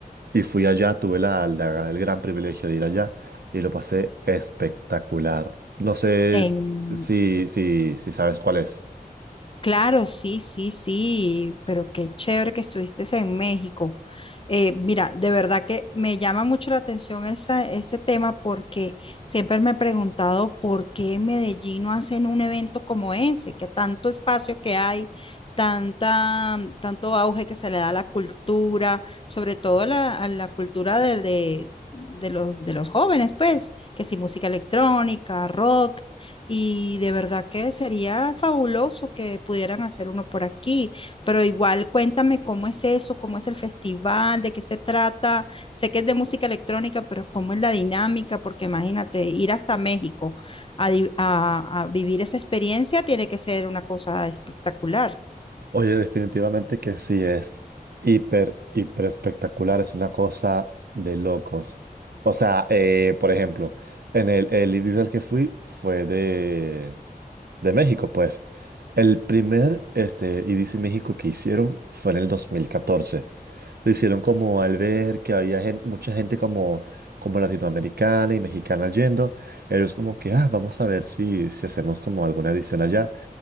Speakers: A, on the right; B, on the left.
A: y fui allá, tuve la, la- el gran privilegio de ir allá y lo pasé espectacular. No sé
B: En...
A: s- si, si, si sabes cuál es.
B: Claro, sí, sí, sí, pero qué chévere que estuviste en México. Eh, mira, de verdad que me llama mucho la atención esa- ese tema porque siempre me he preguntado por qué en Medellín no hacen un evento como ese, que tanto espacio que hay, tanta, tanto auge que se le da a la cultura, sobre todo a la, a la cultura de, de- de los, de los jóvenes, pues, que si música electrónica, rock. Y de verdad que sería fabuloso que pudieran hacer uno por aquí, pero igual cuéntame cómo es eso, cómo es el festival, de qué se trata. Sé que es de música electrónica, pero cómo es la dinámica, porque imagínate, ir hasta México a, di- a- a vivir esa experiencia tiene que ser una cosa espectacular.
A: Oye, definitivamente que sí es hiper, hiper espectacular, es una cosa de locos. O sea, eh, por ejemplo, en el, el inicio al que fui fue de, de México, pues. El primer este, IDC México que hicieron fue en el dos mil catorce Lo hicieron como al ver que había gen- mucha gente como, como latinoamericana y mexicana yendo. Ellos como que, ah, vamos a ver si, si hacemos como alguna edición allá.